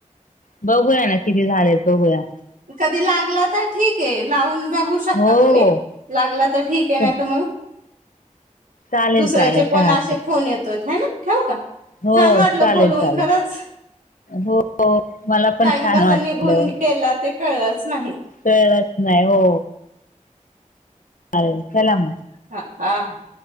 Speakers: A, on the left (about 80°); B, on the right (about 85°).
A: बघूया ना किती झालेत बघूया.
B: कधी लागला तर ठीक आहे लावून बघू शकता
A: हो
B: तुम्ही.
A: हो
B: लागला तर ठीक तर
A: च-
B: मग.
A: चालेल
B: दुसऱ्याचे
A: चालेल
B: पण
A: काय हरकत
B: असे फोन येतो ह ना ठेव का.
A: हो
B: छान वाटलं
A: चालेल
B: बोलवून
A: चालेल.
B: खरंच
A: हो मला पण
B: टाइम
A: छान
B: कसा
A: वाटलं.
B: निघून गेला ते कळलंच नाही
A: कळत नाही हो. अ चलाम.
B: हा हा.